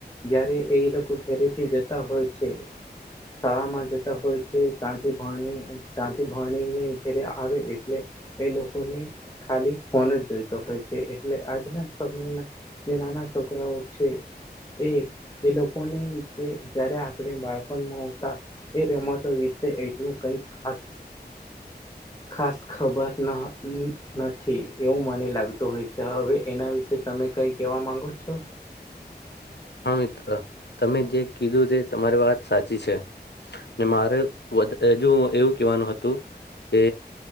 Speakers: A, on the left; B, on the left.
A: જ્યારે એ લોકો ઘેરીથી જતાં હોય છે. શાળામાં જતા હોય છે તાથી ભણી ભણીને ઘેરે આવે એટલે એ લોકોની ખાલી ફોન જ જોયતો હોય છે. એટલે આજના સમયના જે નાનાં છોકરાઓ છે. એ એ લોકોની જે જ્યારે આપણે બાળપણમાં ઉતા એ રમતો વિશે એટલું કંઈક ખાસ ખાસ ખબર ન નથી એવું મને લાગતું હોય છે હવે એના વિશે તમે કઈ કહેવા માંગો છો?
B: હા મિત્ર, તમે જે કીધું તે તમારી વાત સાચી છે. ને મારે વધ હજુ એવું કહેવાનું હતું કે